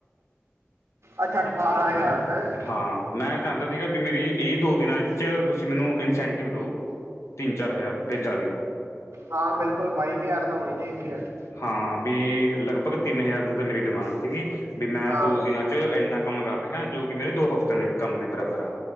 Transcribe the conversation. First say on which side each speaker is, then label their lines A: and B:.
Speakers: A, on the right (about 75°); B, on the left (about 70°).
A: ਅੱਛਾ ਅਠਾਰਾਂ ਹਜ਼ਾਰ ਅ
B: ਹਾਂ ਮੈਂ ਚਾਂਦਾ ਸੀਗਾ ਵੀ ਮੇਰੀ ਏ ਦੋ ਦਿਨਾਂ ਵਿੱਚ ਤੁਸੀਂ ਮੈਨੂੰ ਇਨਸੈਂਟ ਵੀ ਦੋ ਤਿੰਨ ਚਾਰ ਹਜ਼ਾਰ ਤੇ ਜਾਦੇ
A: ਹਾਂ ਬਿਲਕੁਲ ਬਾਈ ਕੁ ਹਜ਼ਾਰ ਤਾਂ ਹੋ ਗਈ ਸੀ ਵੈਸ
B: ਹਾਂ ਵੀ ਲਗਭਗ ਤਿੰਨ ਹਜ਼ਾਰ ਦਾ ਤਾਂ ਮੇਰੀ ਡਿਮਾਂਡ ਸੀਗੀ ਵੀ ਮੈਂ
A: ਹਾਂ
B: ਦੋ ਦਿਨਾਂ 'ਚ ਇੰਨਾ ਕੰਮ ਕਰ ਰਿਹਾ ਜੋ ਕਿ ਮੇਰੇ ਦੋ ਹਫ਼ਤਿਆਂ ਦੇ ਕੰਮ ਦੇ ਬਰਾਬਰ ਆ।